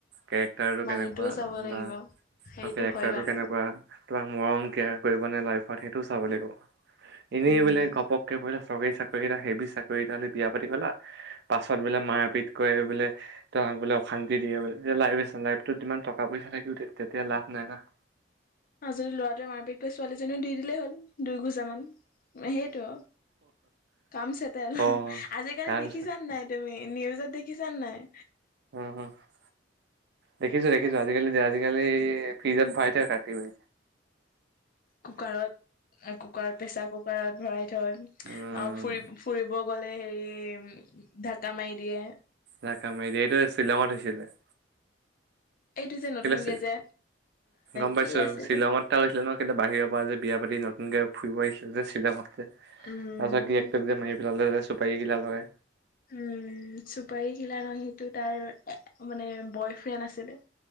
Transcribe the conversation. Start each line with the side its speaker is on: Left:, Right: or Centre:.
Right: কেৰেক্টাৰটো
Left: মানুহটোও
Right: কেনেকুৱা
Left: চাব লাগিব
Right: বা
Left: সেইটো
Right: কেৰেক্টাৰটো
Left: হয় বাৰু।
Right: কেনেকুৱা তোমাক মৰম কেয়াৰ কৰিব নে লাইফত সেইটো চাব লাগিব। এনেই
Left: উম
Right: বোলে গপক্কে বোলে চৰকাৰী চাকৰি এটা হেবি চাকৰি এটালে বিয়া পাতি গ'লা পাছত বোলে মাৰ পিট কৰে বোলে তোমাক বোলে অশান্তি দিয়ে বোলে এতিয়া লাইফ আছে লাইফটোত যিমান টকা -পইচা থাকি উঠি তেতিয়া লাভ নাই না।
Left: আৰু যদি ল'ৰাটোৱে মাৰপিট কৰে ছোৱালীজনীও দি দিলেই হ'ল দুই ঘোচা মান। সেইটো আও কাম চেটেল
Right: অ
Left: আজিকালি
Right: কাৰণ
Left: দেখিছা নে নাই তুমি নিউজত দেখিছা নে নাই?
Right: <unintelligible> দেখিছোঁ- দেখিছোঁ আজিকালি যে আজিকালি ফ্ৰিজত ভৰাই থৈ কাটি মে
Left: কুকাৰত- কুকাৰত প্ৰেচাৰ কুকাৰত ভৰাই থয় আহ,
Right: উম
Left: ফুৰিব ফুৰিব গ'লে হেৰি উম ঢাক্কা মাৰি দিয়ে
Right: ঢাক্কা মাৰি দিয়ে এইটো শ্বিলঙত হৈছিলে।
Left: এইটো যে নতুন
Right: কেলে
Left: কেজে
Right: গম পাইছো
Left: কি আছিলে
Right: শ্বিলঙত এটা হৈছিলে ন' <unintelligible> বাহিৰৰ পৰা যে বিয়া পাতি নতুনকে ফুৰিব আহিছিল যে শ্বিলঙত যে। তাছত
Left: উম
Right: গিৰিয়েকটোক যে মাৰি পেলালে যে চুপাৰী কিলাৰ লগাই।
Left: উম, চুপাৰী কিলা নহয় সিটো তাইৰ মানে বয় ফ্ৰেণ্ড আছিলে।